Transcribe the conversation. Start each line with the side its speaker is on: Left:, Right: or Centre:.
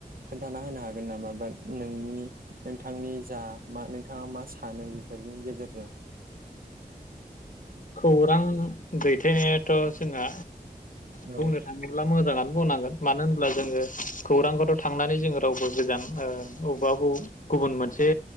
Right: खोन्थाना होनो हागोन नामा बाट नोंनि नोंथांनि जा मा नोंथाङा मा सानो बेफोर। बिनि गेजेरजों।
Left: खौरां। दैथायनायाथ' जोंना। बुंनो
Right: औ
Left: थाङोब्ला मोजाङानो। बुंनांगोन मानो होनोबब्ला जोङो खौरांफोराराव थांनानै जोङो रावबो गोजान बबेबा बब गुबुन मोनसे।